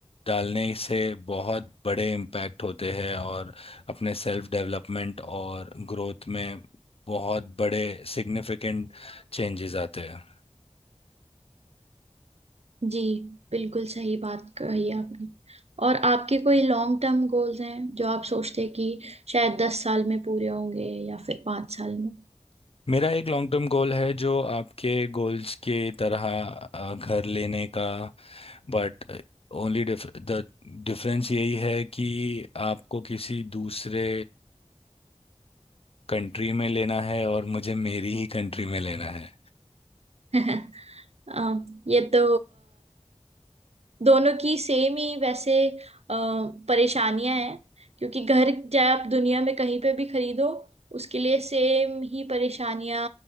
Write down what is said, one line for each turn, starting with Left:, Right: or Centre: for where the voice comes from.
Left: डालने से बहुत बड़े इम्पैक्ट होते हैं और अपने सेल्फ डेवलपमेंट और ग्रोथ में बहुत बड़े सिग्निफिकेंट चेंजेस आते हैं
Right: जी बिल्कुल सही बात कही आपने और आपके कोई लॉन्ग टर्म गोल्स हैं जो आप सोचते हैं कि शायद दस साल में पूरे होंगे या फिर पाँच साल में
Left: मेरा एक लॉन्ग टर्म गोल है जो आपके गोल्स के तरह अ, घर लेने का बट ओनली द डिफरेंस यही है कि आपको किसी दूसरे कंट्री में लेना है और मुझे मेरी ही कंट्री में लेना है
Right: <laughs> अ, ये तो दोनों की सेम ही वैसे अ, परेशानियां हैं क्योंकि घर चाहे आप दुनिया में कहीं पे भी खरीदो उसके लिए सेम ही परेशानियां